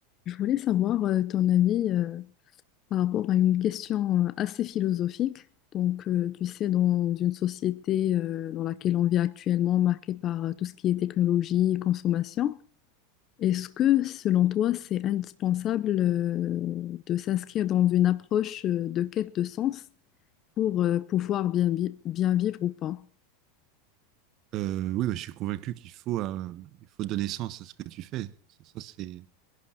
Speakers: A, on the left; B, on the right.
A: Je voulais savoir euh, ton avis euh, par rapport à une question euh, assez philosophique. Donc, euh, tu sais, dans une société euh, dans laquelle on vit actuellement, marquée par euh, tout ce qui est technologie, consommation, est-ce que, selon toi, c'est indispensable euh, de s'inscrire dans une approche euh, de quête de sens pour euh, pouvoir bien, vi- bien vivre ou pas?
B: Euh, oui, bah, je suis convaincu qu'il faut, euh, il faut donner sens à ce que tu fais. Ça, ça, c'est,